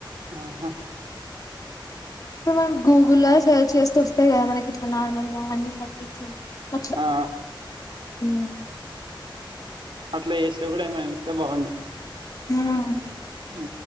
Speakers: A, on the right; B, on the left.
A: ఆహా
B: ఇప్పుడు మనం గూగుల్ సర్చ్ చేస్తే వస్తాయి కదా మనకి ఇట్ల నార్మల్ అని అట్ల
A: ఆ
B: ఊ
A: అట్ల చేస్తే కూడ ఏమైన ఇస్తే బాగుండు
B: ఆ
A: ఆ